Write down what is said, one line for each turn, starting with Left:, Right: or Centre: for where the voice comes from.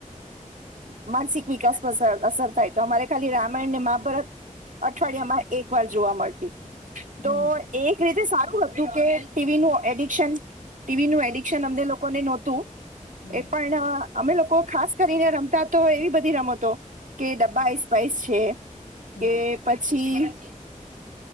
Right: માનસિક વિકાસ પર અસર થાય, તો અમારે ખાલી રામાયણ ને મહાભારત અઠવાડિયામાં એક વાર જોવા મળતી
Left: હમ
Right: તો એક રીતે સારું હતું તુ કે ટીવી નું. એડિક્શન. ટીવીનું એડિક્શન અમને લોકોને નહો તું.
Left: હમ
Right: એ પણ. અમે લોકો ખાસ કરીને રમતા તો, એવી બધી રમતો કે ડબ્બાઇ સ્પાઈસ છે.
Left: હમ
Right: કે પછી. <unintelligible>